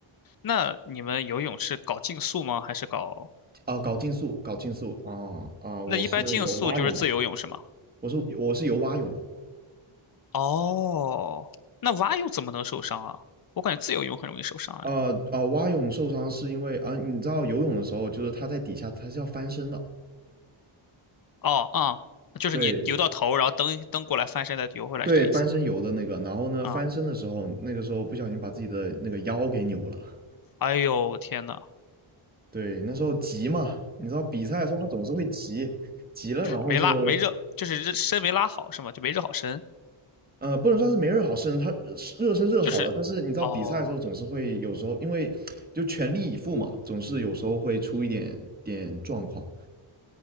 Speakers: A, on the left (about 45°); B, on the right (about 20°).
A: 那你们游泳是搞竞速吗？还是搞？
B: 啊、搞竞速，搞竞速啊啊、
A: 那一般竞速就是自由泳是吗？
B: 我是游蛙泳我是我是游蛙泳的。
A: 哦，那蛙泳怎么能受伤啊？我感觉自由泳很容易受伤哎。
B: 呃呃，蛙泳受伤是因为啊、呃你知道游泳的时候，就是它在底下它是要翻身的，
A: 哦，啊、就是你游到头，
B: 对
A: 然后蹬蹬过来，翻身再游回来，
B: 对，
A: 是这个意思吗？
B: 翻身游的那个。然后呢，
A: 啊、
B: 翻身的时候，那个时候不小心把自己的那个腰给扭了。
A: 哎呦天呐，
B: 对，那时候急嘛，你知道比赛的时候他总是会急，急了然后就
A: 没拉没热，就是热身没拉好是吗？就没热好身，
B: 呃，不能算是没热好身，他热身热好了，
A: 就是，
B: 但是你知道比赛的时候总是会有时候因为就全力以赴嘛，
A: 哦
B: 总是有时候会出一点点状况。